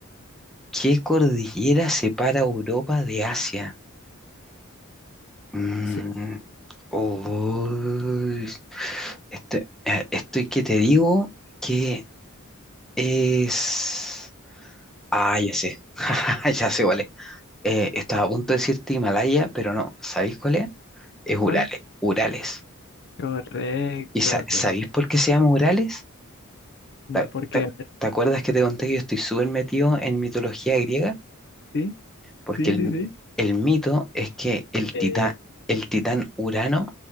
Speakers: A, in the centre; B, on the left (about 55°).
A: ¿Qué cordillera separa Europa de Asia? Mm,
B: Sí.
A: uy, este, eh, estoy que te digo que es... Ah, ya sé. <laughs> Ya sé cuál es. Eh, estaba
B: ¿Cuál?
A: a punto de decirte Himalaya, pero no. ¿Sabéis cuál es? Es Urales.
B: cuál?
A: Urales.
B: Correcto,
A: ¿Y sa- sabéis
B: correcto.
A: por qué se llama Urales? ¿Te,
B: ¿Por qué?
A: te-
B: A ver,
A: te acuerdas que te conté que yo estoy súper metido en mitología griega?
B: sí,
A: Porque
B: sí,
A: el,
B: sí, sí.
A: el mito es que el
B: Eh,
A: titán, el titán Urano